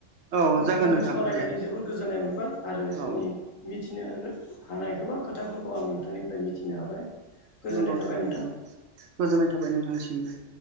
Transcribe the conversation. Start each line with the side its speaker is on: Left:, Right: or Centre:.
Right: औ
Left: नोंथाजों
Right: जागोन नोंथां
Left: सावरायनानै
Right: दे
Left: जोबोर गोजोननाय मोनबाय आरो
Right: औ
Left: जोंनि मिथिनो हानाय गोबां खोथाफोरखौ आं नोंथांनिफ्राय मिथिनो हाबाय। गोजोननाय
Right: नंगौ
Left: थाबाय
Right: थारैनो
Left: नोंथां।
Right: नंगौ गोजोननाय थाबाय नोंथांनिसिमबो।